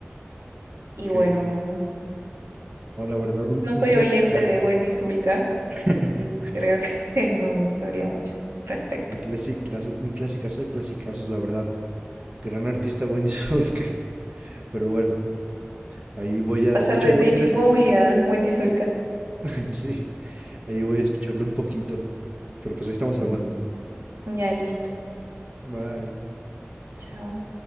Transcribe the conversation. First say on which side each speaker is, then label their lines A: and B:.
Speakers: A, on the right; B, on the right.
A: Y
B: Ok.
A: bueno, no,
B: No, la verdad, un,
A: no
B: un
A: soy
B: clasicazo.
A: oyente de Wendy Zulka.
B: <laughs>
A: Creo que <laughs> no, no sabría mucho respecto.
B: Un clasicazo, un clasicazo de clasicazos, la verdad. Gran artista Wendy Sulca. <laughs> Pero bueno, ahí voy a...
A: Pasar
B: De hecho,
A: de
B: voy
A: David
B: a ir a... es-
A: Bowie a Wendy Zulka.
B: <laughs> Sí, ahí voy a escucharlo un poquito. Pero pues ahí estamos
A: Mm.
B: hablando.
A: Ya listo.
B: Bye.
A: Chao.